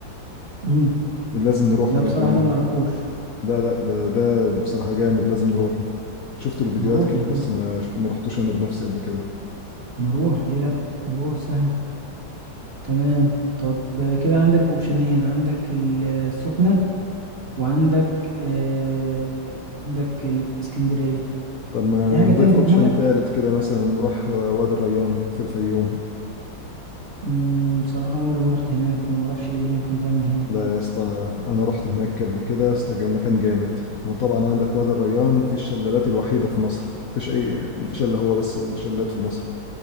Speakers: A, on the right; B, on the left.
A: امم
B: لازم نروحه
A: لا
B: ده
A: بصراحة
B: كمان
A: ده معرفوش
B: لا لا ده ده بصراحه جامد لازم نروحه شفت له فيديوهات
A: نروح
B: كده
A: يا عم
B: بس ما شف- ما رحتوش انا بنفسي قبل كده
A: نروح ليه لأ نروح سهل تمام طب آه، كده عندك اوبشنين عندك ال- السخنة وعندك آه وعندك الاسكندرية
B: طب ما
A: في حاجة
B: نضيف
A: تانية في
B: اوبشن
A: دماغك
B: تالت كده مثلا نروح وادي الريان في الفيوم
A: مم، بصراحة عمري ما رحت هناك فما اعرفش ايه اللي ممكن يتعمل هناك
B: لا يا اسطى انا رحت هناك قبل كده يا اسطى كان مكان جامد وطبعا عندك وادي الريان في الشلالات الوحيده في مصر مفيش اي مفيش الا هو بس الشلالات في مصر